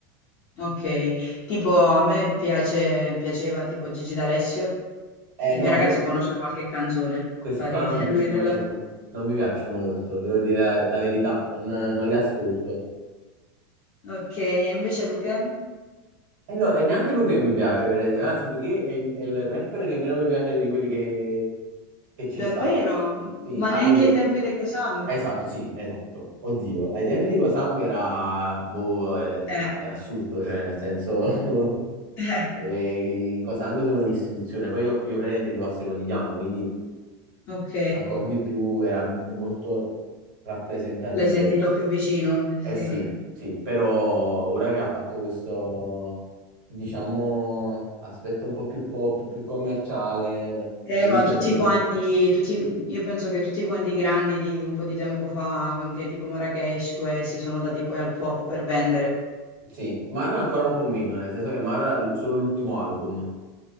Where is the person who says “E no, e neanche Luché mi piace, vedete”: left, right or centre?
Right